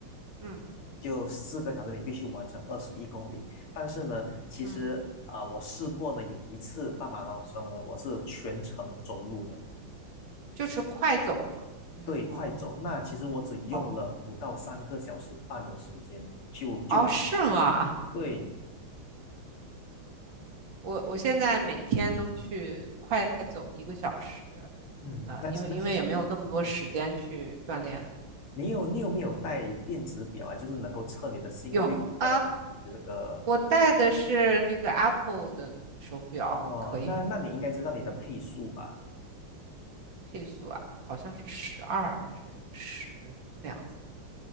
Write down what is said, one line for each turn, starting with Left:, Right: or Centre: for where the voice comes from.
Right: 嗯
Left: 就四个小时你必须完成二十一公里。但是呢，其实啊、
Right: 嗯，
Left: 呃我试过呢，有一次半马拉松呢，我是全程走路的，
Right: 就是快走嘛，就是那种
Left: 对，快走。那其实我只用了不到三个小时半的时间就就完成。
Right: 哦哦是吗？
Left: 对，
Right: 我我现在每天都去快走一个小时，
Left: 嗯，
Right: 呃，
Left: 那其那其实你你很接近。
Right: 因为因为也没有那么多时间去锻炼。
Left: 你有你有没有带电子表啊？就是能够测你的心率的的这个
Right: 有啊，我戴的是那个 Apple 的手表，
Left: 哦，
Right: 可以吗？
Left: 那那你应该知道你的配速吧？
Right: 配速啊，好像是十二还是十那样子，